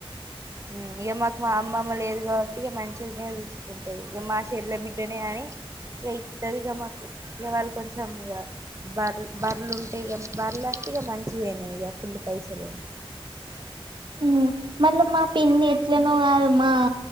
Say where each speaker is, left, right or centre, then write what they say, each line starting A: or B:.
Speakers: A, on the right; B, on the right.
A: ఊ ఇగ మాకు మా అమ్మమ్మ లేదు కాబట్టి ఇక మంచిగానే చూసు కుంటది ఇక మా చెల్ల బిడ్డనే అని ఇగ ఇతదిగా మాకు ఇక వాళ్ళు కొంచెం ఇగ బర్లు బర్లు ఉంటే ఇగ బర్లు అంటే ఇగ మంచిదేనా ఇగా ఫుల్ పైసలు
B: ఊ మళ్ళ మా పిన్ని ఎట్లనో కాదు మా